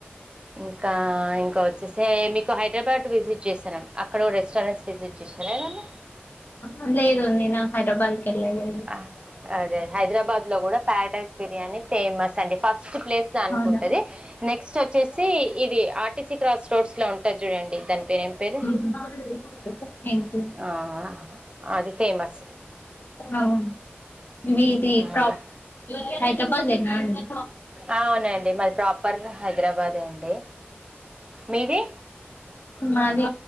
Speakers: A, on the right (about 25°); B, on the left (about 50°).
A: ఇంకా ఇంకా వచ్చేసి మీకు హైదరాబాద్ ఇ విజిట్ చేశాం అక్కడ రెస్టారెంట్స్ విజసిట్ చేశారా ఏదన్నా
B: అందే ఇదు ననా హైదరాబాద్ వెళ్ళలేదు
A: అదే అదే హైదరాబాద్ లో కూడా పారడైస్ బిర్యానీ ఫేమస్ అండి ఫస్ట్ స్ట్ ప్లేస్ దానికి
B: అవునా
A: ఉంటది నెక్స్ట్ వచ్చేసి ఇది ఆర్టీసీ క్రాస్ రోడ్స్ లో ఉంటది చూడండి దని పేరు ఏం పేరు
B: ఆ. ఏంటి
A: ఆ అది ఫేమస్
B: అవు మీది ప్ర
A: అలా
B: హైదరాబాద్ేనా అండి
A: అవునండి మాది ప్రాపర్ హైదరాబాదే అండి మీది
B: మాది